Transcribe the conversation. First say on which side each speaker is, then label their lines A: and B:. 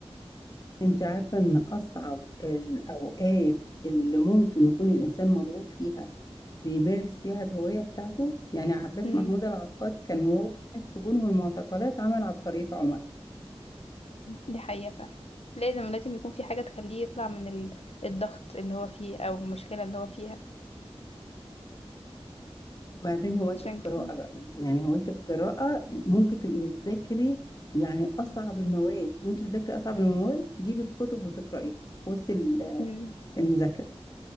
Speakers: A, on the left (about 35°); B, on the left (about 70°).
A: انت عارفة ان اصعب الاوقات اللي ممكن يكون الانسان مضغوط فيها بيمارس فيها الهواية بتاعته يعني عباس
B: امم
A: محمود العقاد كان وهو بين السجون والمعتقلات عمل عبقرية عمر
B: دي حقيقة فعلا لازم لازم يكون في حاجة تخليه يطلع من ال- الضغط اللي هو فيه او المشكلة اللي هو فيها
A: وبعدين هواية
B: عشان
A: القراءة
B: كده
A: بقى يعني هواية القراءة ممكن تبقي بتذاكري يعني أصعب المواد وأنت بتذاكري أصعب المواد تجيبي الكتب وتقرأيها في وسط ال-
B: امم
A: المذاكرة